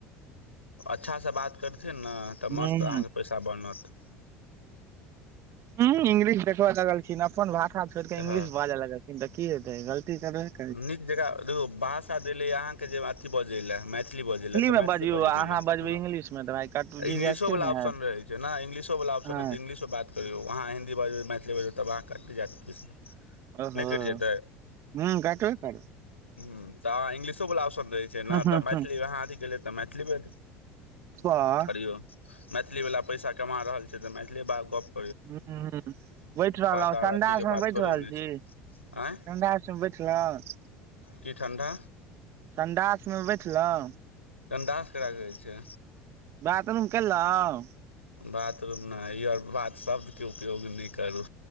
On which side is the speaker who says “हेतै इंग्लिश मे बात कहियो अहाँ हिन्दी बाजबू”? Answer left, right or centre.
Left